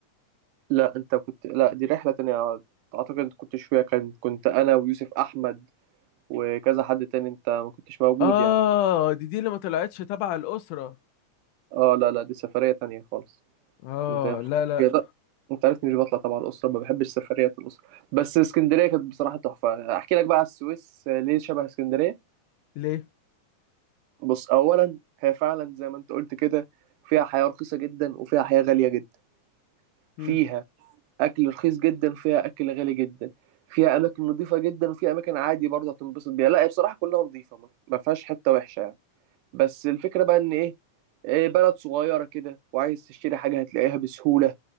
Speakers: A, on the right; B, on the left.
A: لا انت كنت لا دي رحله تانية اعتقد انت كنتش فيها كان كنت انا ويوسف احمد وكذا حد تاني انت ما كنتش موجود
B: اه
A: يعني
B: دي دي اللي ما طلعتش تبع الأسرة
A: اه لا لا دي سفريه تانية خالص
B: اه
A: ده
B: لا لا
A: يض- انت عارف مش بطلع طبعا الاسره ما بحبش سفريات الاسره بس اسكندريه كانت بصراحه تحفه احكي لك بقى على السويس آه، ليه شبه اسكندريه
B: ليه
A: بص اولا هي فعلا زي ما انت قلت كده فيها حياه رخيصه جدا وفيها حياه غاليه جدا فيها
B: هم.
A: اكل رخيص جدا فيها اكل غالي جدا فيها اماكن نظيفه جدا وفيها اماكن عادي برضه هتنبسط بيها لا هي بصراحه كلها نظيفه ما ما فيهاش حته وحشه يعني. بس الفكرة بقى إن إيه إيه، بلد صغيرة كده وعايز تشتري حاجة هتلاقيها بسهولة